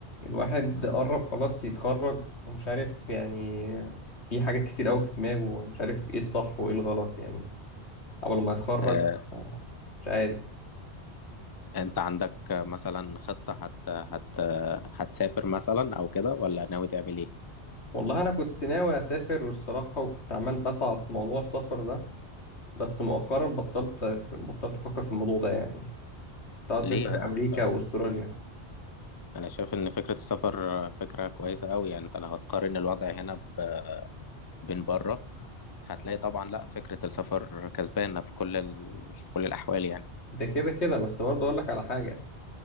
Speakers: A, on the left; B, on the left.
A: الواحد قرب خلاص يتخرج ومش عارف يعني في حاجات كتير قوي في دماغه ومش عارف ايه الصح وايه الغلط يعني قبل ما يتخرج
B: آه،
A: آه، مش عارف
B: انت عندك مثلا خطة هت هت هتسافر مثلا او كده ولا ناوي تعمل ايه
A: والله انا كنت ناوي اسافر والصراحة وكنت عمال بسعى في موضوع السفر ده بس مؤخرا بطلت بطلت افكر في الموضوع ده يعني كنت عايز
B: ليه
A: اسافر
B: انا
A: امريكا واستراليا
B: انا شايف ان فكرة السفر فكرة كويسة قوي يعني انت لو هتقارن الوضع هنا ب- بين بره هتلاقي طبعا لا فكرة السفر كسبانة في كل ال... في كل الاحوال يعني
A: ده كده كده بس برضه اقول لك على حاجة